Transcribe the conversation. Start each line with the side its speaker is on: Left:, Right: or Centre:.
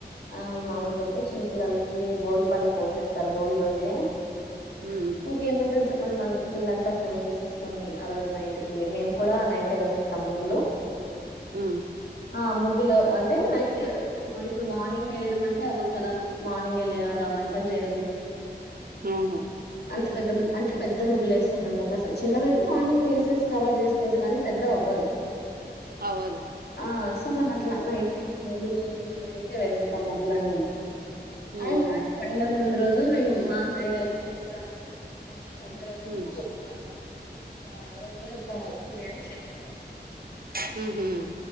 Left: ఆ మామూలుగా అయితే చిన్నపిల్లలకి భోగి పళ్ళు పోసేస్త తరు బోగి రోజే
Right: ఉం
Left: ఇంకేముంటుమ్ది చెప్పండి మనం ఇల్లంతా క్లీన్ చేసేసుకుని ఆ రోజు నైట్ కి మేము కూడా నైట్ వేసేస్తాం ముగ్గులు
Right: ఉం
Left: ఆ ముగ్గులు అంటే నైట్ ఇప్పుడు మార్నింగ్ వేయడం అంటే అవ్వదు కదా మార్నింగ్ లేయాల వంటలు చేయాలి
Right: ఊహు
Left: అంత పెద్ద అంటే పెద్ద ముగ్గులు వేస్తాం మేము ఒకసారి చిన్నవి అయితే మార్నింగ్ వేసేసి కవర్ చేసుకోవచ్చు కానీ పెద్ద అవ్వదు
Right: అవ్వదు
Left: ఆ సో మనం అట్లా నైట్ బోగీ రోజు నైటే వేసేస్తాం ముగ్గులన్నీ
Right: ఉమ్
Left: అండ్ ఫైనల్ ముందు రోజు మేము మా సైడ్ అయితే ఇక్కడ సద్ద రోట్లు
Right: ఉమ్
Left: ఆ ఆ వంగ పొడి అని చేస్తారు <unintelligible>
Right: హు హామ్